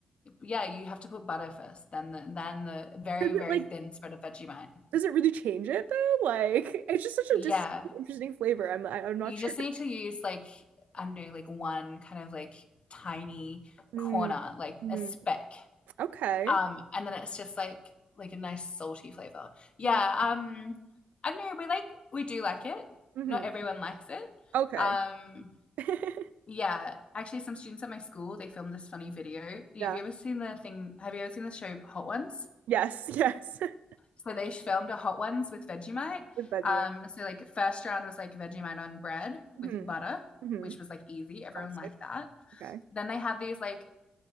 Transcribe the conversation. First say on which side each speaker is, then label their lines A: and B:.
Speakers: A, on the left; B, on the right.
A: yeah, you have to put butter first, then the then the very,
B: Does
A: very
B: it like
A: thin spread of Vegemite.
B: does it really change it though? Like it's just such
A: Yeah.
B: a dis interesting flavor. I'm I, I'm not
A: You just
B: sure.
A: need to use like I don't know, like one kind of like tiny
B: Mm,
A: corner, like
B: mm,
A: a speck.
B: okay.
A: Um, and then it's just like like a nice salty flavor. Yeah,
B: Mm,
A: um I don't know, we like we do like it.
B: hmm
A: Not everyone likes it.
B: Okay.
A: Um
B: <laughs>
A: yeah, actually some students at my school, they filmed this funny video. Have
B: Yeah.
A: you ever seen the thing have you ever seen the show Hot Ones?
B: Yes, yes. <laughs>
A: So they filmed a hot ones with Vegemite.
B: With Vegemite.
A: Um, so like first round was like Vegemite on bread
B: hmm
A: with butter,
B: hmm
A: which was like easy. Everyone
B: Classic.
A: liked that.
B: Okay.
A: Then they had these like